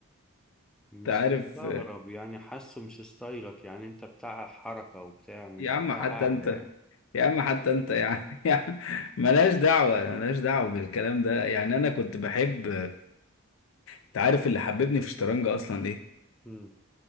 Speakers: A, in the centre; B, on the left.
A: مش
B: انت عارف
A: مستغرب يعني حاسه مش ستايلك يعني انت بتاع حركة وبتاع مش
B: يا
A: بتاع
B: عم حتى
A: قاعدة
B: انت
A: يعني
B: يا عم حتى انت يا عم <laughs> يا عم ملهاش دعوة ملهاش دعوة بالكلام ده يعني انا كنت بحب انت عارف اللي حببني في الشطرنج اصلا ايه
A: مم.